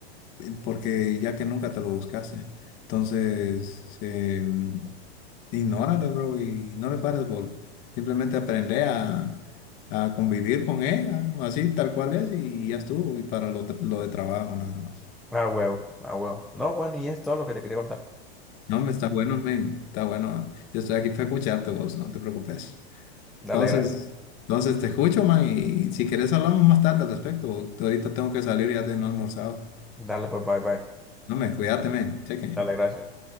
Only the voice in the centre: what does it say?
A huevo, a huevo. No, bueno, y es todo lo que te quería contar.
Dale,
gracias.
Dale, pues, bye, bye.
Dale, gracias.